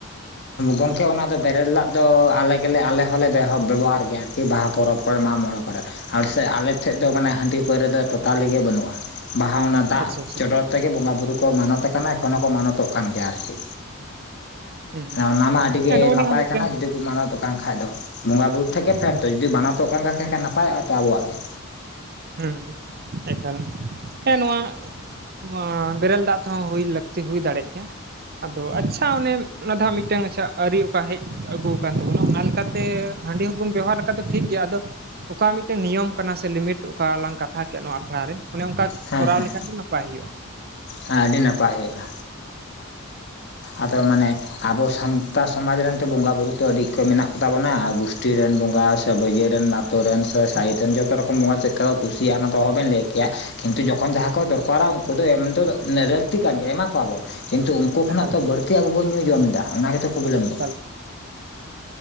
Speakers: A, on the left (about 55°); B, on the right (about 45°).
A: ᱜᱚᱝᱠᱮ ᱚᱱᱟ ᱫᱚ ᱵᱮᱨᱮᱞ ᱫᱟᱜ ᱫᱚ ᱟᱞᱮ ᱜᱮᱞᱮ ᱟᱞᱮ ᱦᱚᱸᱞᱮ ᱵᱮᱵᱚᱦᱟᱨ ᱜᱮᱭᱟ ᱟᱨᱠᱤ ᱵᱟᱦᱟ ᱯᱚᱨᱚᱵᱽ ᱠᱚᱨᱮ ᱢᱟᱜ ᱢᱚᱬᱮ ᱠᱚᱨᱮ ᱟᱞ ᱥᱮ ᱟᱞᱮᱴᱷᱮᱡ ᱫᱚ ᱢᱟᱱᱮ ᱦᱟᱺᱰᱤ ᱯᱟᱹᱣᱨᱟᱹ ᱫᱚ ᱴᱳᱚᱴᱟᱞᱤᱜ ᱜᱮ ᱵᱟᱹᱱᱩᱜᱼᱟ ᱵᱟᱦᱟ ᱚᱱᱟ ᱫᱟᱜ
B: ᱟᱪᱪᱷᱟ ᱟᱪᱪᱷᱟ
A: ᱪᱚᱰᱚᱨ ᱛᱮᱜᱮ ᱵᱚᱸᱜᱟ ᱵᱩᱨᱩ ᱠᱚ ᱢᱟᱱᱚᱛ ᱟᱠᱟᱱᱟ ᱮᱠᱷᱚᱱ ᱦᱚᱸᱠᱚ ᱢᱟᱱᱚᱛᱚᱜ ᱠᱟᱱ ᱜᱮᱭᱟ ᱟᱨᱠᱤ
B: ᱦᱩᱸ ᱦᱩᱸ
A: ᱚᱱᱟ ᱢᱟ ᱟᱹᱰᱤ ᱜᱮ
B: ᱦᱮᱸ ᱱᱚᱜᱼᱚ ᱱᱤᱭᱟᱹ
A: ᱱᱟᱯᱟᱭ
B: ᱦᱚᱸ ᱢᱤᱫᱴᱮᱱ
A: ᱠᱟᱱᱟ ᱡᱩᱫᱤ ᱢᱟᱱᱟᱣᱚᱛᱚᱜ ᱠᱟᱱ ᱠᱷᱟᱱᱡ ᱫᱚ ᱵᱚᱸᱜᱟ ᱵᱩᱨᱩ ᱴᱷᱮᱱ ᱜᱮ ᱯᱷᱮᱰ
B: ᱦᱩᱸ
A: ᱛᱚ ᱡᱩᱫᱤ ᱢᱟᱱᱟᱚᱛᱚᱜ ᱠᱟᱱ ᱠᱷᱟᱱᱟᱱ ᱱᱟᱯᱟᱭᱚᱜᱼᱟ ᱛᱚ ᱟᱵᱚᱣᱟᱜ ᱜᱮ
B: ᱦᱮᱸ ᱮᱠᱟᱞ ᱦᱮᱸ ᱱᱚᱣᱟ ᱚᱸᱻᱚ ᱵᱮᱨᱮᱞ ᱫᱟᱜ ᱛᱮᱦᱚᱸ ᱦᱩᱭ ᱞᱟᱹᱠᱛᱤ ᱦᱩᱭ ᱫᱟᱲᱮᱭᱟᱜ ᱜᱮᱭᱟ ᱟᱫᱚ ᱟᱪᱪᱷᱟ ᱚᱱᱮ ᱚᱱᱟ ᱫᱚ ᱦᱟᱸᱜ ᱢᱤᱫᱴᱟᱝ ᱟᱪᱪᱷᱟ ᱟᱹᱨᱤ ᱚᱠᱟ ᱦᱮᱡ ᱟᱹᱜᱩ ᱟᱠᱟᱱ ᱛᱟᱵᱚᱱᱟ ᱚᱱᱟ ᱞᱮᱠᱟᱛᱮ ᱦᱟᱺᱰᱤ ᱦᱚᱸᱵᱚᱱ ᱵᱮᱣᱦᱟᱨ ᱞᱮᱠᱷᱟᱱ ᱫᱚ ᱴᱷᱤᱠ ᱜᱮᱭᱟ ᱟᱫᱚ ᱚᱠᱟ ᱢᱤᱫᱴᱮᱱ ᱱᱤᱭᱚᱢ ᱠᱟᱱᱟ ᱥᱮ ᱞᱤᱢᱤᱴ ᱚᱠᱟ ᱞᱟᱝ ᱠᱟᱛᱷᱟ ᱠᱮᱫ ᱱᱚᱣᱟ ᱟᱠᱷᱲᱟ ᱨᱮ ᱚᱱᱮ ᱚᱱᱠᱟ
A: ᱦᱮᱸ
B: ᱠᱚᱨᱟᱣ
A: ᱦᱮᱸ
B: ᱞᱮᱠᱷᱟᱡ ᱫᱚ ᱱᱟᱯᱟᱭ ᱦᱩᱭᱩᱜᱼᱟ ᱦᱟᱜ
A: ᱦᱮᱸ ᱟᱹᱰᱤ ᱱᱟᱯᱟᱭ ᱦᱩᱭᱩᱜᱼᱟ ᱟᱫᱚ ᱢᱟᱱᱮ ᱟᱵᱚ ᱥᱟᱱᱛᱟᱲ ᱥᱚᱢᱟᱡᱽ ᱨᱮᱱ ᱛᱚ ᱵᱚᱸᱜᱟ ᱵᱩᱨᱩ ᱛᱚ ᱟᱹᱰᱤ ᱠᱚ ᱢᱮᱱᱟᱜ ᱠᱚᱛᱟ ᱵᱚᱱᱟ ᱜᱩᱥᱴᱤ ᱨᱮᱱ ᱵᱚᱸᱜᱟ ᱥᱮ <unintelligible> ᱨᱮᱱ ᱟᱛᱳ ᱨᱮᱱ ᱥᱮ ᱥᱟᱭᱤᱰ
B: ᱦᱩᱸ
A: ᱨᱮᱱ ᱡᱚᱛᱚ ᱨᱚᱠᱚᱢ ᱵᱚᱸᱜᱟ ᱪᱮᱫᱮ ᱠᱚ ᱠᱩᱥᱤᱭᱟᱜᱼᱟ ᱚᱱᱟ ᱫᱚ ᱚᱦᱚᱵᱮᱱ ᱞᱟᱹᱭ ᱠᱮᱭᱟ ᱠᱤᱱᱛᱩ ᱡᱚᱠᱷᱚᱱ ᱡᱟᱦᱟᱸ ᱠᱚ
B: ᱦᱩᱸ
A: ᱫᱚᱨᱠᱟᱨᱟ ᱩᱱᱠᱩ ᱫᱚ ᱮᱢ ᱫᱚ ᱞᱟᱹᱠᱛᱤ ᱠᱟᱱ ᱜᱮ ᱮᱢᱟ ᱠᱚᱣᱟᱵᱚᱱ ᱠᱤᱱᱛᱩ ᱩᱱᱠᱩ ᱠᱷᱚᱱᱟᱜ
B: ᱮᱠᱟᱞ
A: ᱡᱟᱹᱥᱛᱤ ᱟᱵᱚᱵᱚᱱ ᱧᱩ ᱡᱚᱢ ᱫᱟ ᱚᱱᱟ ᱜᱮᱛᱚ ᱯᱨᱚᱵᱞᱮᱢ ᱫᱚ
B: ᱮᱠᱟᱞ